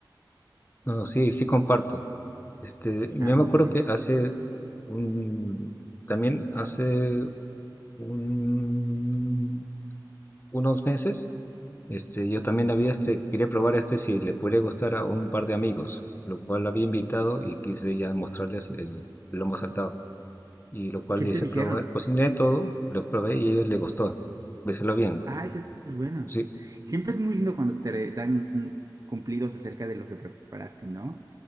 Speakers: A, on the left; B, on the right.
A: no, no, sí, sí comparto. Este, yo
B: Ah,
A: me
B: muy
A: acuerdo
B: bien.
A: que hace un- también hace un- unos meses, este, yo también había este, quería probar este si le podría gustar a un par de amigos, lo cual había invitado y quise ya mostrarles el lomo saltado. Y lo cual
B: ¿Y qué
A: le
B: te
A: hice
B: dijeron?
A: probar, cociné todo, lo probé y a ellos les gustó. Béselo bien.
B: Ah, ese es bueno.
A: Sí,
B: Siempre es muy lindo cuando te dan cumplidos acerca de lo que preparaste, ¿no?